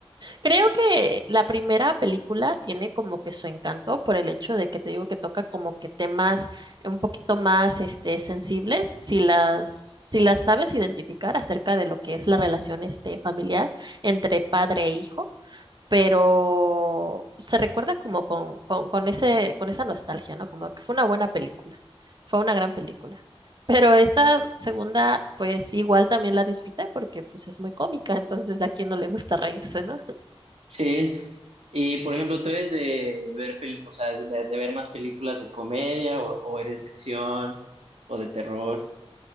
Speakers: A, on the right; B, on the right.
A: Creo que la primera película tiene como que su encanto por el hecho de que te digo que toca como que temas un poquito más este, sensibles, si las, si las sabes identificar acerca de lo que es la relación este, familiar entre padre e hijo pero se recuerda como con, con, con ese, con esa nostalgia, ¿no? Como que fue una buena película, fue una gran película. Pero esta segunda, pues igual también la disfruté porque pues es muy cómica, entonces a quien no le gusta reírse, ¿no?
B: Sí. Y, por ejemplo, ¿tú eres de ver peli- o sea, de, de ver más películas de comedia o o eres de acción o de terror?